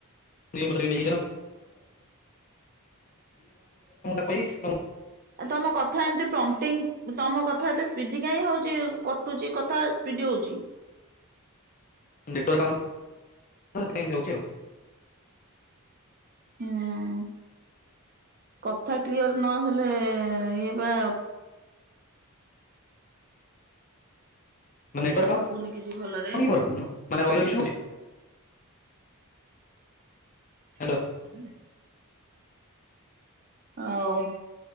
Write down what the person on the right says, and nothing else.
ଆ ତମ କଥା ଏମିତି ପ୍ରମ୍ଟିଙ୍ଗ ତମ କଥା ଏତେ ସ୍ପିଡି କାଁଇ ହଉଛି କଟୁଛି କଥା ସ୍ପିଡି ହଉଛି।
ହୁଁ। କଥା କ୍ଲିଅର ନହେଲେ ଇଏ ବା
ଶୁଭୁନି କିଛି ଭଲରେ।
ହ ହଉ।